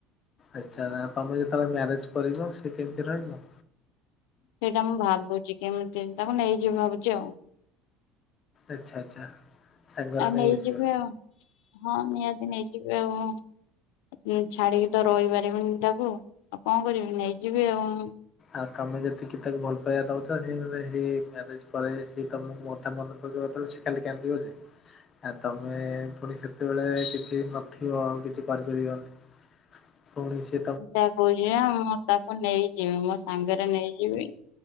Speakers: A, on the left; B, on the left.
A: ଆଚ୍ଛା ଆ ତମେ ଯେତେବେଳେ ମ୍ୟାରେଜ୍ କରିବ ସେ କେମିତି ରହିବ?
B: ସେଇଟା ମୁଁ ଭାବୁଛି କେମିତି ତାକୁ ନେଇଯିବି ଭାବୁଛି ଆଉ।
A: ଆଚ୍ଛା ଆଚ୍ଛା ସାଙ୍ଗରେ
B: ଆଉ
A: ନେଇ
B: ନେଇଯିବି
A: ଆସିବ।
B: ଆଉ। ହଁ ନିହାତି ନେଇଯିବି ଆଉ। ଉଁ ଛାଡିକି ତ ରହିପାରିବିନି ତାକୁ ଆଉ କଣ କରିବି ନେଇଯିବି ଆଉ।
A: ଆଉ ତମେ ଯେତିକି ତାକୁ ଭଲ ପାଇବା ଦଉଛ ସେ ସେ ମ୍ୟାରେଜ ପରେ ସେ ତମକୁ ମତେ ମନ <unintelligible> ସିଏ ଖାଲି କାନ୍ଦିବ ଯେ। ଆ ତମେ ପୁଣି ସେତେବେଳେ କିଛି ନଥିବ ଆଉ କିଛି କରିପାରିବନି। ପୁଣି ସେ
B: ମୁଁ ସେୟା କହୁଛି ବା ମୁଁ ତାକୁ ନେଇଯିବି ମୋ ସାଙ୍ଗରେ ନେଇଯିବି